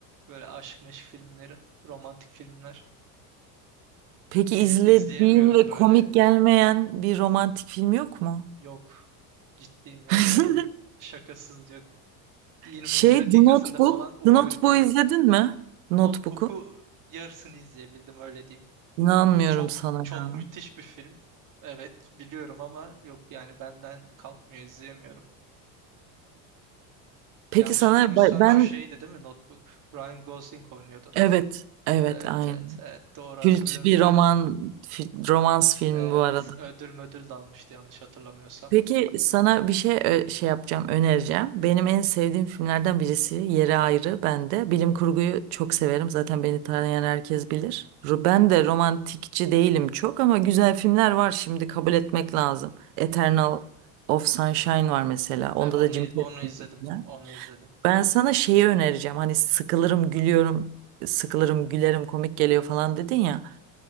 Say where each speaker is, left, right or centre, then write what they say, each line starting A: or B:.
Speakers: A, on the right; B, on the right.
A: Böyle aşk meşk filmleri, romantik filmler.
B: Peki
A: İz,
B: izlediğin
A: izleyemiyorum
B: ve
A: böyle
B: komik gelmeyen bir romantik film yok mu?
A: yok ciddiyim yok
B: <laughs>
A: yani. Şakasız yok. 20.
B: Şey
A: dakikasında
B: The Notebook.
A: falan uyuyakalırım.
B: The Notebook'u izledin mi? Notebook'u.
A: Notebook'u yarısını izleyebildim öyle diyeyim.
B: İnanmıyorum
A: Çok
B: sana
A: çok
B: ya.
A: müthiş bir film. Evet biliyorum ama yok yani benden kalkmıyor izleyemiyorum.
B: Peki
A: Yanlış
B: sana
A: hatırlamıyorsam
B: ben
A: şu şeydi değil mi Notebook? Ryan Gosling oynuyordu.
B: evet evet
A: Evet
B: aynı.
A: evet evet doğru
B: Kült
A: hatırlıyorum.
B: bir
A: Ben
B: roman fi- romans filmi
A: evet
B: bu arada.
A: ödül ödül de almıştı yanlış hatırlamıyorsam.
B: Peki sana bir şey ö- şey yapacağım, önereceğim. Benim en sevdiğim filmlerden birisi Yeri Ayrı bende. Bilim kurguyu çok severim. Zaten beni tanıyan herkes bilir. Ro- Ben de romantikçi değilim çok ama güzel filmler var şimdi kabul etmek lazım. Eternal of Sunshine var mesela. Onda
A: E, onu
B: da Jim Carrey
A: onu izledim.
B: oynuyor.
A: Onu izledim.
B: Ben sana şeyi önereceğim. Hani sıkılırım, gülüyorum, sıkılırım, gülerim, komik geliyor falan dedin ya.